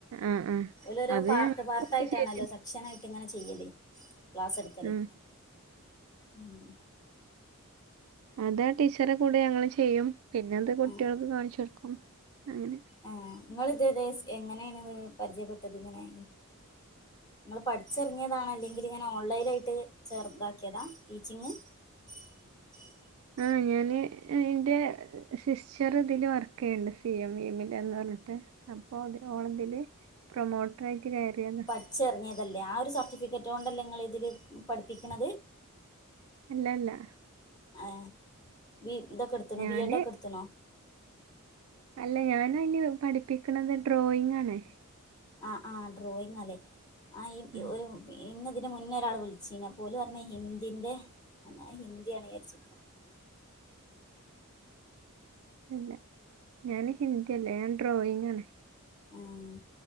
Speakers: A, on the right; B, on the left.
A: ആ ആ
B: ഓല് ഓരോ
A: അത്
B: പാർട്ട്
A: ഞങ്ങൾക്കൊക്കെ
B: പാർട്ട് ആയിട്ടാണല്ലോ
A: ശരി
B: സബ് ഷനായിട്ട് ഇങ്ങനെ ചെയ്യല് ക്ലാസ്സ്ട്ക്കല്
A: ഉം
B: ഉം
A: അതാ ടീച്ചറെ കൂടെ ഞങ്ങള് ചെയ്യും പിന്നെ അത് കുട്ട്യേൾക്ക്
B: ആ
A: കാണിച്ച് കൊടുക്കും അങ്ങനെ
B: ആഹ് ഇങ്ങള് ഇത് ഏത് സ് എങ്ങനെയാണ് പരിചയപ്പെട്ടത് ഇങ്ങനെ ഇങ്ങള് പഠിച്ചിറങ്ങിയതാണ് അല്ലെങ്കിൽ ഇങ്ങനെ ഓൺലൈനായിട്ട് ചേറ് ഇതാക്കിയതാ ടീച്ചിങ്ങ് <inaudible>
A: ആഹ് ഞാന് എന്റെ സിസ്റ്റർ ഇതില് വർക്കെയ്യ്ണ്ട് സിഎംവിഎമ്മില് എന്ന് പറഞ്ഞിട്ട്. അപ്പോ ഇതില് ഓളതില് പ്രൊമോട്ടറായിട്ട് കേറിയതാ
B: പഠിച്ച് എറങ്ങിയതല്ലേ ആ ഒരു സർട്ടിഫിക്കറ്റോണ്ടല്ലേ ഇങ്ങള് ഇതില് പഠിപ്പിക്ക്ണത്.
A: അല്ലല്ല
B: ഏഹ് ബി ഇതൊക്കെട്ത്ത്ണോ
A: ഞാന്
B: ബിഎഡോക്കെ ഇട്ത്ത്ണോ
A: അല്ല ഞാന് അയിന് പഠിപ്പിക്ക്ണത് ഡ്രോയിങ്ങാണ്
B: ആഹ് ആഹ് ഡ്രോയിങ്ങാലേ ആഹ് ഈ
A: ആ,
B: ഒരു ഇന്ന് ഇതിന്റെ മുന്നെ ഒരാള് വിളിച്ചീനി അപ്പ ഓല് പറഞ്ഞ് ഹിന്ദിൻ്റെ ഞാൻ ഹിന്ദിയാണ് വിചാരിച്ചിരിക്ക
A: ഇല്ല ഞാന് ഹിന്ദി അല്ല ഞാന് ഡ്രോയിങ്ങാണ്
B: ആഹ്